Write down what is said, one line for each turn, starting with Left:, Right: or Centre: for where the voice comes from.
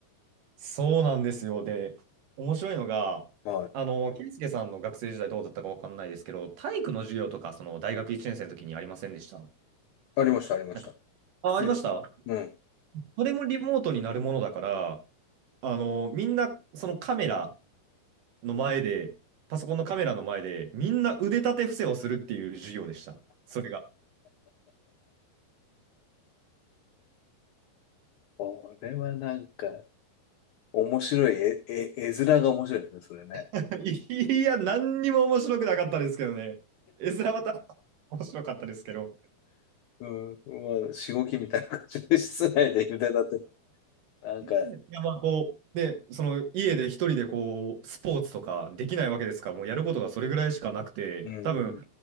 Right: そうなんですよ。で、面白いのが、
Left: はい。
Right: あの、圭介さんの学生時代どうだったかわかんないですけど、体育の授業とか、その大学1年生の時にありませんでした
Left: ありました、ありました。
Right: なんか、あ、
Left: 普通に。
Right: ありました
Left: うん。
Right: それもリモートになるものだから、あの、みんな、そのカメラの前で、パソコンのカメラの前で、みんな腕立て伏せをするっていう授業でした。それが。
Left: これはなんか、面白い、え、え、絵面が面白いですね、それね。
Right: <laughs> いや、何にも面白くなかったですけどね。絵面はた <laughs> 面白かったですけど。
Left: うん、まあ、しごきみたいな感じで、室内で茹でたて、なんか、
Right: いや、まあ、こう、で、その、家で一人でこう、スポーツとかできないわけですから、もうやることがそれぐらいしかなくて、
Left: うん、うん、
Right: 多分、